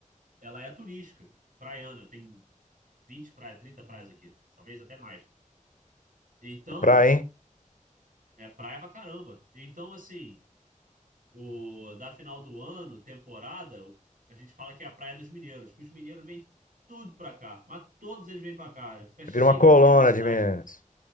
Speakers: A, on the right; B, on the left.
A: ela é turística, praiana. Tem 20 praias, 30 praias aqui, talvez até mais. Então.
B: pra, hein?
A: É praia pra caramba. Então, assim, o da final do ano, temporada, o- a gente fala que é a praia dos mineiros, que os mineiros vêm tudo pra cá, mas todos eles vêm pra cá. Fica cheio
B: Vira uma colônia
A: de mineiro na cidade.
B: de Minas.